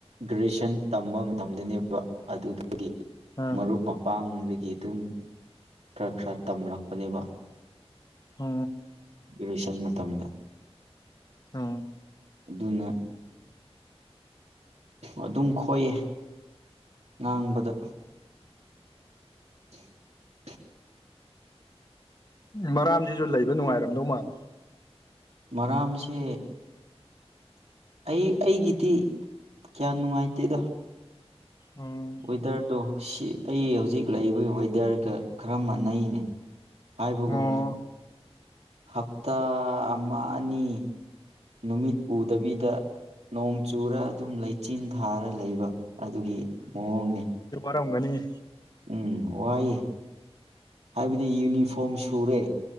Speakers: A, on the right; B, on the left.
A: ꯒ꯭ꯔꯦꯖꯨꯌꯦꯁꯟ ꯇꯝꯕ ꯃꯇꯝꯗꯅꯦꯕ ꯑꯗꯨꯗ ꯍꯥꯏꯗꯤ
B: ꯑꯥ
A: ꯃꯔꯨꯞ ꯃꯄꯥꯡ ꯑꯩꯈꯣꯏꯒꯤ ꯑꯗꯨꯝ ꯈꯔ ꯈꯔ ꯇꯝꯂꯛꯄꯅꯦꯕ
B: ꯑ
A: ꯏꯂꯣꯏꯁꯟ ꯃꯇꯝꯗ
B: ꯑ
A: ꯑꯗꯨꯅ ꯑꯗꯨꯝ ꯈꯣꯏꯑ ꯉꯥꯡꯕꯗ <inaudible>
B: ꯃꯔꯥꯝꯁꯤꯁꯨ ꯂꯩꯕ ꯅꯨꯡꯉꯥꯏꯔꯝꯗꯧ ꯃꯥꯜꯂꯦ
A: ꯃꯔꯝꯁꯦ ꯑꯩ ꯑꯩꯒꯤꯗꯤ ꯀꯌꯥ ꯅꯨꯡꯉꯥꯏꯇꯦꯗ
B: ꯎꯝ
A: ꯋꯦꯗꯔꯗꯨꯣ ꯁꯤ ꯑꯩ ꯍꯧꯖꯤꯛ ꯂꯩꯔꯤꯕꯕ ꯋꯦꯗꯔꯒ ꯈꯔ ꯃꯥꯟꯅꯩꯅꯦ ꯍꯥꯏꯕꯒꯨꯝꯅ
B: ꯑꯣ
A: ꯍꯞꯇꯥ ꯑꯃ ꯑꯅꯤ ꯅꯨꯃꯤꯠ ꯎꯗꯕꯤꯗ ꯅꯣꯡ ꯆꯨꯔ ꯑꯗꯨꯝ ꯂꯩꯆꯤꯟ ꯊꯥꯔ ꯂꯩꯕ ꯑꯗꯨꯒꯤ ꯃꯑꯣꯡꯅꯤ
B: ꯀꯝꯒꯅꯤ
A: ꯎꯝ ꯋꯥꯏꯦ ꯍꯥꯏꯕꯗꯤ ꯌꯨꯅꯤꯐꯣꯔꯝ ꯁꯨꯔꯦ